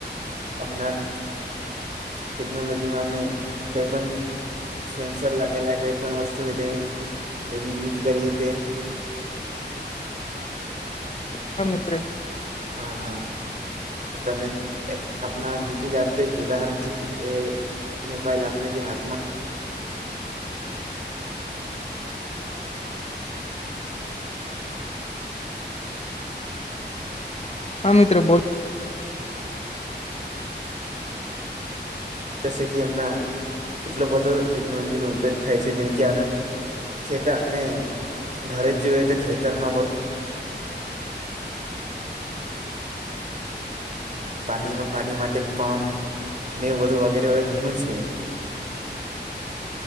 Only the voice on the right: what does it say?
હમણાં ટેકનોલોજીમાં અમને કઈ પણ સેન્સર લાગેલા કય પણ વસ્તુ ની તે તેની યુઝ કરીએ તે.
હા હા. તો તમને એક આપણા જીતુ જાગતુ એક ઉદાહરણ છે કે એ મોબાઈલ આપણા જે હાથમાં
જેસે કી એમના એટલો બધો ટેકનોલોજીનો ઉપયોગ થાય છે જેમ કે આના ખેતર આપણે ઘરે જ જોયે તો ખેતરમાં બ પાણી માં પાણી માટે પંપ ને બધું વગેરે વગેરે ઘણું છે.